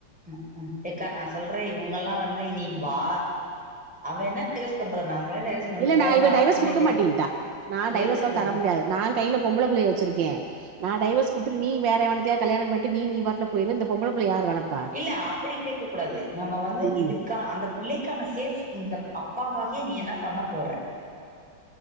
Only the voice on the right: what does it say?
இல்ல
நா இவ டைவர்ஸ்
குடுக்க மாட்டயின்ட்டா நா டைவர்ஸ்
எல்லா தர முடியாது நா கைல பொம்பள புள்ளைய வச்சிருக்கே நா டைவர்ஸ் குடுத்துட்டு நீ வேற எவனத்தயாது கல்யாணோ பண்ட்டு நீ நீ பாட்ல போயிருவ இந்த பொம்பள புள்ளைய யாரு வளப்பா
ம்